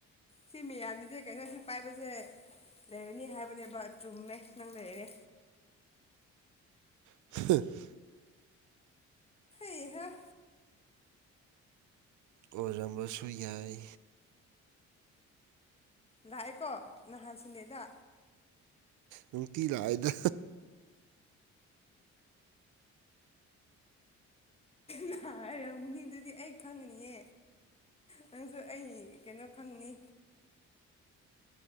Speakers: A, on the left; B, on the right.
A: ꯁꯤ ꯃꯌꯥꯝꯅꯗꯤ ꯀꯩꯅꯣ ꯁꯤ ꯄꯥꯏꯕꯁꯦ ꯂꯩꯔꯅꯤ ꯍꯥꯏꯕꯅꯦꯕ ꯆꯨꯝꯃꯦ ꯅꯪ ꯂꯩꯔꯦ
B: <unintelligible>
A: ꯍꯩꯍꯥ
B: ꯑꯣꯏꯔꯝꯕꯁꯨ ꯌꯥꯏ
A: ꯂꯥꯛꯑꯦꯀꯣ ꯅꯍꯥꯟ ꯁꯟꯗꯦꯗꯥ
B: ꯅꯨꯡꯇꯤ ꯂꯥꯛꯏꯗꯥ
A: ꯅꯥ ꯍꯥꯏꯔꯝꯒꯅꯤ ꯑꯗꯨꯗꯤ ꯑꯩ ꯈꯪꯒꯅꯤꯌꯦ ꯅꯪꯁꯨ ꯑꯩ ꯀꯩꯅꯣ ꯈꯪꯅꯤ